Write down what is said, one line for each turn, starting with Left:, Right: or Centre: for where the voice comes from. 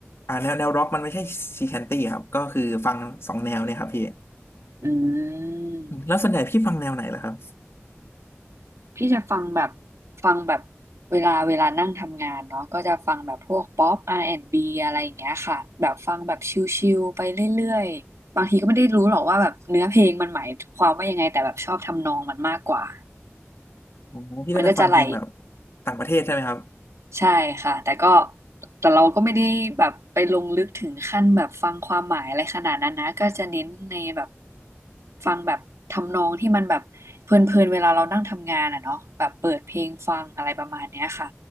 Left: อ่าแนวแนวร็อกมันไม่ใช่ซีแชนตี้ครับก็คือฟังสองแนวเนี่ยครับพี่
Right: อืม
Left: แล้วส่วนใหญ่พี่ฟังแนวไหนล่ะครับ
Right: พี่จะฟังแบบฟังแบบเวลาเวลานั่งทำงานเนาะก็จะฟังแบบพวกป๊อป R&B อนด์บีอะไรอย่างเงี้ยค่ะแบบฟังแบบชิลๆไปเรื่อยๆบางทีก็ไม่ได้รู้หรอกว่าแบบเนื้อเพลงมันหมายความว่ายังไงแต่แบบชอบทำนองมันมากกว่า
Left: อ๋อพี่ก็จะฟังเพลงแบบ
Right: มันก็จะไหล
Left: ต่างประเทศใช่ไหมครับ
Right: ใช่ค่ะแต่ก็แต่เราก็ไม่ได้แบบไปลงลึกถึงขั้นแบบฟังความหมายอะไรขนาดนั้นนะก็จะเน้นในแบบฟังแบบทำนองที่มันแบบเพลินๆเวลาเรานั่งทำงานอ่ะเนาะแบบเปิดเพลงฟังอะไรประมาณเนี้ยค่ะ